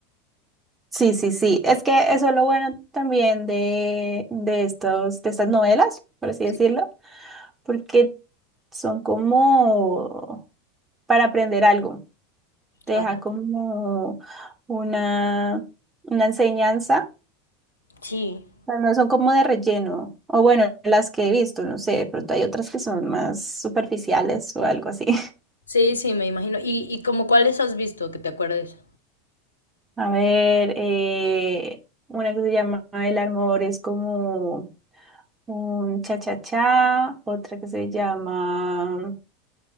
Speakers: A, on the right; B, on the left.
A: Sí, sí, sí. Es que eso es lo bueno también de, de estos, de estas novelas, por así
B: Sí.
A: decirlo porque son como para aprender algo. Te deja
B: Ándale.
A: como una, una enseñanza,
B: Sí,
A: pero no son como de relleno. O bueno, las que he visto, no sé, de pronto hay otras que son más superficiales o algo así. <laughs>
B: sí, sí, me imagino. ¿Y, y como cuáles has visto que te acuerdes?
A: A ver, eh, una que se llama El amor es como un cha-cha-cha, otra que se llama...